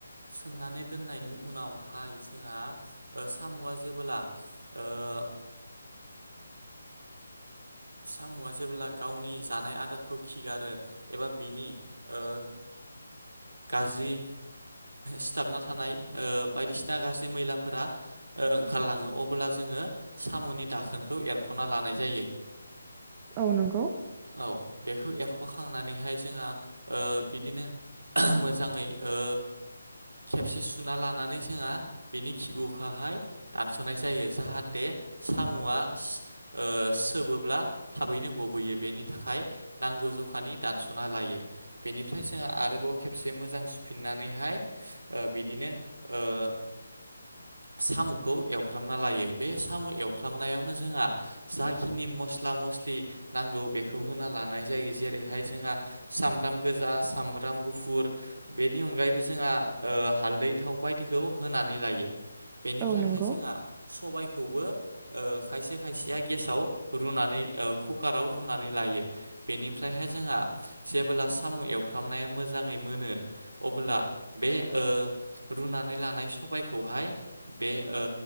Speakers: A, on the right (about 80°); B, on the right (about 20°).
A: सोमनानै दोननायनि उनावहाय जोंहा साम'आ जेबोला ओ <inaudible> साम'आ जेब्ला गावनि जानाय आदारखौ खिगारो एबा बिनि ओ गाज्रि सिथाबना थानाय ओ बायदिसिना गाज्रि मैलाफोरा ओ ओंखारलाङो अब्ला जों जोङो साम'नि दाखोनखौ एरख'ना लानाय जायो।
B: औ नोंगौ
A: औ बेखौ एरख'खांनानैहाय जोङा ओ बिदिनो मोजाङै ओ खेबसे सुना लानानै जोंहा बिनि खिबौखोहाय दानस'नाय जायो जाहाथे साम'आ ओ सोबो ब्ला थाबैनो गबोैयो बेनि थाखाय नांगौ जखानि दानस'ना लायो बेनिफ्राय जो आरोबाव खेबसे मोजां सुफिननानैहाय ओ बिदिनो ओ <inaudible> साम'खौ एवफ्रामना लायो बे साम' एवफ्रामनायावनो जोङा जाखिनि मस्ला मसला मसलि नांगौ बेखौ होना लानाय जायो जेरैहाय जोंहा सामब्राम गोजा साम सामब्राम गुफुर बेनि अनगायैबो जोङा ओ हालदै थाव बायदिखौ होनानै लायो। बेनिफ्रायहाय
B: औ नंगौ
A: जोंहा सबाइखौबो ओ खायसे खायसेया गेसाव रुनानै कुकाराव रुनानै लायो बेनि फ्रायहाय जोंहा जेबोला साम' एवफ्रामनाया मोजाङै मोनो अबोला बे ओ रुनानै लानाय सबायखौहाय बे ओ